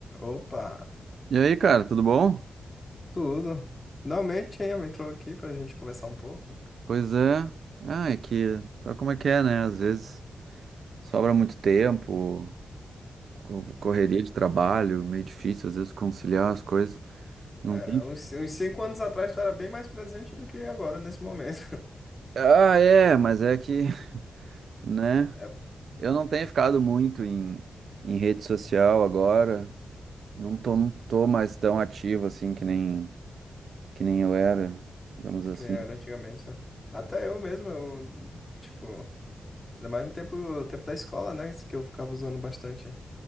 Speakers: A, on the left; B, on the right.
A: Opa,
B: E aí, cara, tudo bom?
A: tudo. Finalmente aí entrou aqui pra gente conversar um pouco.
B: Pois é. Ah, é que sabe como é que é, né? Às vezes sobra muito tempo, co- correria de trabalho, meio difícil às vezes conciliar as coisas. Não
A: É,
B: tem.
A: uns, uns cinco anos atrás tu era bem mais presente do que agora, nesse momento. <laughs>
B: Ah, é, mas é que, <laughs> né?
A: É,
B: Eu não tenho ficado muito em, em rede social agora. Não tô, não tô mais tão ativo assim que nem, que nem eu era, digamos assim.
A: que era antigamente, né? Até eu mesmo, eu, tipo, era mais no tempo, tempo da escola, né? Isso que eu ficava usando bastante